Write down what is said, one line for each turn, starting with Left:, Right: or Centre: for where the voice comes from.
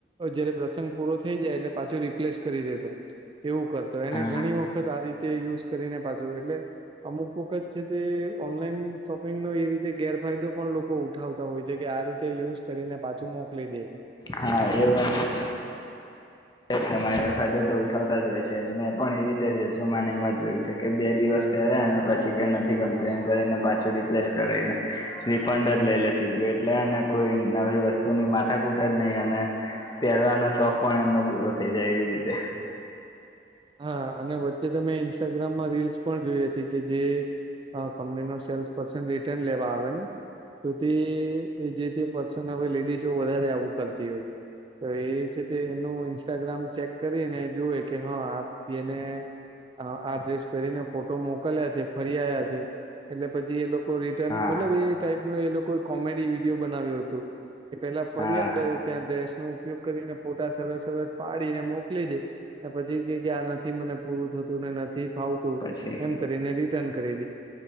Right: જયારે પ્રસંગ પૂરો થઈ જાય એટલે પાછું રિપ્લેસ કરી દેતો એવું કરતો એને
Left: હા
Right: ઘણી વખત વખત આ રીતે યુઝ કરીને પાછું એટલે અમુક વખત છે તે ઓનલાઈન શોપિંગ નો એ રીતે ગેરફાયદો પણ લોકો ઉઠાવતા હોય છે કે આ રીતે યુઝ કરીને પાછું મોકલી દે છે.
Left: હા એ વાત તો તમારે એેરફાયદો તો ઉઠાવતા જ હોય છે, મેં પણ એવી રીતે રલસો મને એમાં જોયું છે. કે બે દિવસ પહેરે અને પછી કઈ નથી કમ્પ્લેન કરીને પાછું રિપ્લેસ કરાવને રિફંડ જ લઈ લેશેીધું એટલે કોઈ નવી વસ્તુની માથા કૂટ જ નહી, અને પહેરવાનો શોખ પણ એમનો પૂરો થઈ જાય એવી રીતે
Right: હા અને વચ્ચે ત મેમે ઇન્સ્ટાગ્રામમાં રીલ્સ પણ જોઈ હતી કે જે હ કંપની નો સેલ્સ પર્સન રિટર્ન લેવા આવે ને સુ તે એ જે તે પર્સન હવે લેડીસ વધારે આવું કરતી હોય. તો એ છે તે એનું ઇન્સ્ટાગ્રામ ચેક કરીને જોુએ કે હા બેને આ ડ્રેસ પહેરીને ફોટો મોકલ્યા છે ફરી આવ્યા છે એટલે પછી એ લોકો રિટર્ન
Left: હા
Right: મતલબ એ ટાઈપ ન એ લોકો કોમેડી વિડીિયો બનાવ્યો હતું એ પેલા ફરી
Left: હા
Right: ત્યાં ડ્રેસ નો ઉપયોગ કરીને ફોટા સરસ સરસ પાડીને મોકલી દે અને પછી ગયા નથી મને પૂરું થતુ, ને નથી ફાવતું
Left: પછી
Right: એમ કરીને રિટર્ન કરી દે